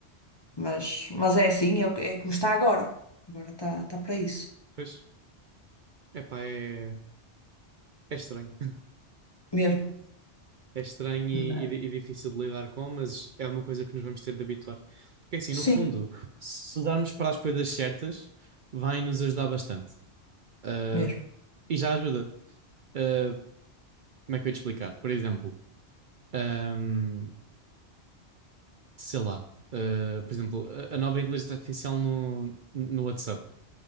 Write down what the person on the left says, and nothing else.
Mas, mas é assim, é, o que- é como está agora. Agora está está para isso.
Mesmo.
Mas-
Sim,
mesmo.